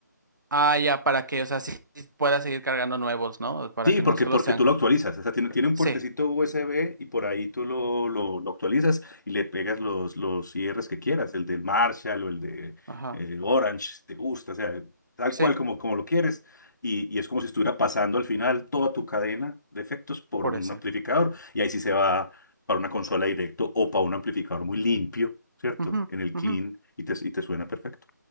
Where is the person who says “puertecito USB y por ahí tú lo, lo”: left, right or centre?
Left